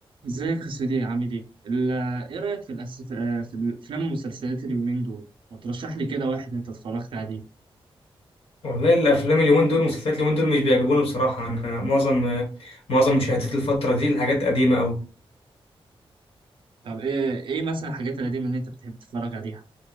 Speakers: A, on the right (about 60°); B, on the left (about 80°).
A: ازيك يا سيدي عامل ايه؟ ال- ايه رأيك في الأساس آه، في الأفلام والمسلسلات اليومين دول؟ ما ترشح لي كده واحد انت اتفرجت عليه
B: والله الافلام اليومين دول والمسلسلات اليومين دول مش بيعجبوني بصراحه انا معظم معظم مشاهدات الفتره دي الحاجات قديمه قوي
A: طب ايه ايه مثلا الحاجات القديمة اللي انت بتحب تتفرج عليها؟